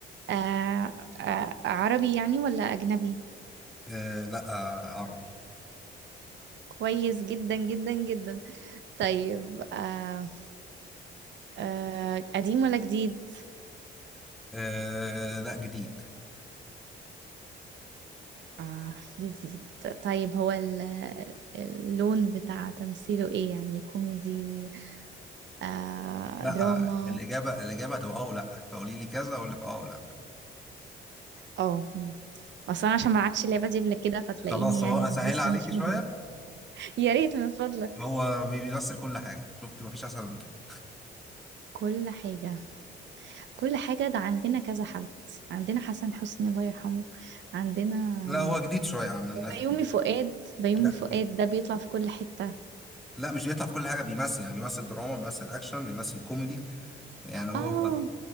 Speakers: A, on the right; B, in the centre.
A: آه، آه، عربي يعني ولا أجنبي
B: آه، لا آه، عربي
A: كويس جدا جدا جدا طيب آه، آه، قديم ولا جديد
B: آه، لا جديد
A: آه، جديد طيب هو ال- اللون بتاع تمثيله ايه يعني كوميدي آه،
B: لا
A: دراما
B: الاجابه الاجابه هتبقى اه ولا فقولي لي كذا اقول لك اه ولا
A: اه مم. اصلا أنا عشان ما لعبتش اللعبة دي قبل كده فتلاقيني
B: خلاص
A: يعني
B: هو اسهل
A: لسه
B: عليكي
A: مش
B: شويه
A: مجمع يا ريت من فضلك
B: هو بي- بيمثل كل حاجه شفت مفيش اسهل من كده
A: كل حاجة كل حاجة ده عندنا كذا حد عندنا حسن حسني الله يرحمه عندنا
B: لا هو جديد شويه عن الناس
A: بيومي
B: دي
A: فؤاد بيومي
B: لا
A: فؤاد
B: جديد.
A: ده بيطلع في كل حتة
B: لا مش بيطلع في كل حاجه بيمثل يعني بيمثل دراما بيمثل اكشن بيمثل كوميدي يعني هو
A: اه